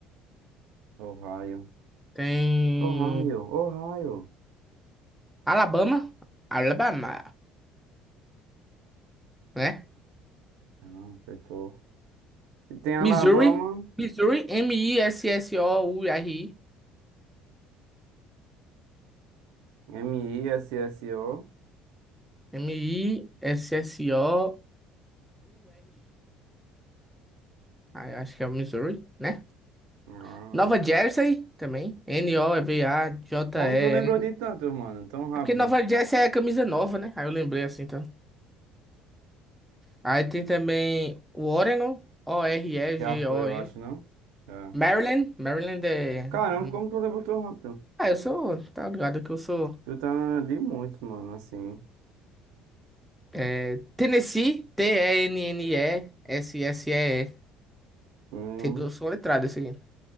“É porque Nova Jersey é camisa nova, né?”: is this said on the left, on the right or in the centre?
Centre